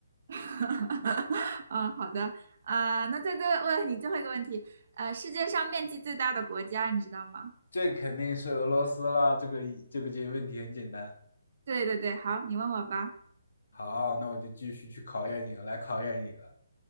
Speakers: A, on the right; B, on the left.
A: <laughs> 嗯，好的，啊、那再再问你最后一个问题，呃，世界上面积最大的国家你知道吗？
B: 这肯定是俄罗斯啦。这个这个这问题很简单。
A: 对对对，好，你问我吧。
B: 好，那我就继续去考验你了，来考验你了。